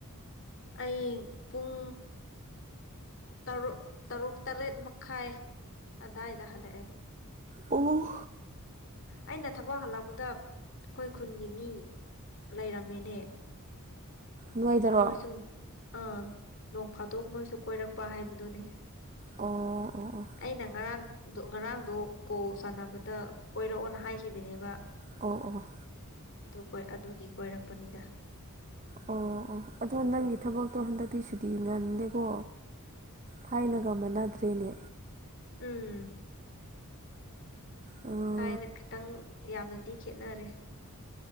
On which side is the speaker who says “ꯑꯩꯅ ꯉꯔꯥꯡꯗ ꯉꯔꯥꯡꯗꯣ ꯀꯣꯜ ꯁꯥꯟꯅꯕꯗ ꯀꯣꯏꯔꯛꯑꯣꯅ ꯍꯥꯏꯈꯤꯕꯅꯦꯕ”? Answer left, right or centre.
Left